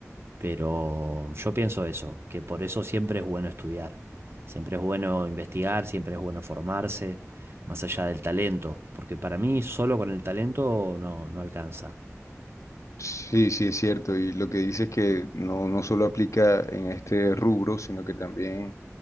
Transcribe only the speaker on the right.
Pero yo pienso eso, que por eso siempre es bueno estudiar, siempre es bueno investigar, siempre es bueno formarse más allá del talento, porque para mí solo con el talento no, no alcanza.